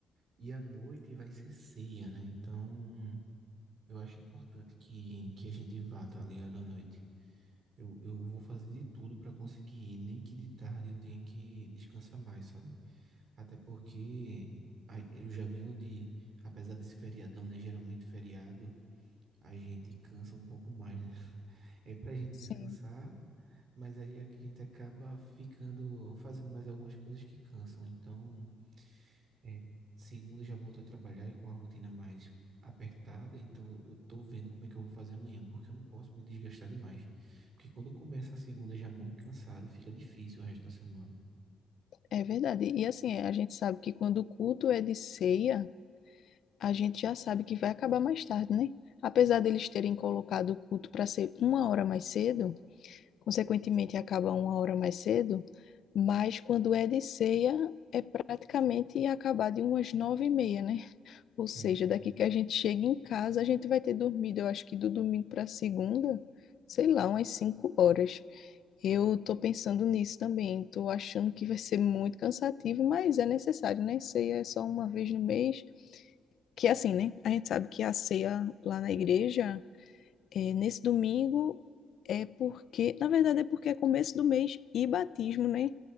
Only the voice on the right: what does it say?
E à noite vai ser ceia, né? Então Eu acho importante que, que a gente vá, tá ligado, à noite. Eu, eu vou fazer de tudo para conseguir ir, nem que de tarde eu tenha que descansar mais, sabe? Até porque a- eu já venho de, apesar desse feriadão, né? Geralmente feriado, a gente cansa um pouco mais, né? <laughs> É pra gente
descansar, mas aí é que a gente acaba ficando, fazendo mais algumas coisas que cansam. Então, é, segunda eu já volto a trabalhar com a rotina mais apertada, então eu tô vendo como é que eu vou fazer amanhã, porque eu não posso me desgastar demais. Porque quando eu começo a segunda já muito cansado, fica difícil o resto da semana.
É,